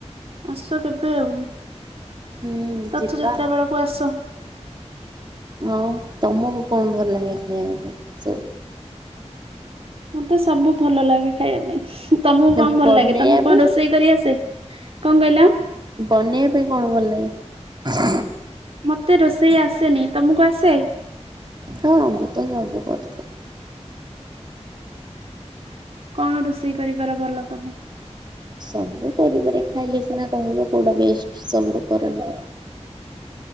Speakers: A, on the right (about 55°); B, on the right (about 40°).
A: ଆସ କେବେ ଆଉ।
B: ହୁଁ
A: ରଥଯାତ୍ରା
B: ଯିବା
A: ବେଳକୁ ଆସ।
B: ହଁ ତମକୁ କଣ ଭଲ ଲାଗେ ଖାଇବା ପାଇଁ ସବୁ।
A: ମତେ ସବୁ ଭଲ ଲାଗେ ଖାଇବା ପାଇଁ। ତମକୁ
B: ନା
A: କଣ ଭଲ
B: ବନେଇବା
A: ଲାଗେ ତମକୁ କଣ
B: ପାଇଁ
A: ରୋଷେଇ କରି ଆସେ। କଣ କହିଲ।
B: ବନେଇବା ପାଇଁ କଣ ଭଲ ଲାଗେ।
A: ମତେ ରୋଷେଇ ଆସେନି ତମକୁ ଆସେ।
B: ହଁ ମୁଁ ତ ସବୁ କରିଦିଏ।
A: କଣ ରୋଷେଇ କରିବାର ଭଲ ତମେ।
B: ସବୁ କରିବାରେ ଖାଇଲେ ସିନା କହିବ କୋଉଟା ବେଷ୍ଟ ସବୁଠୁ କରିବାରେ।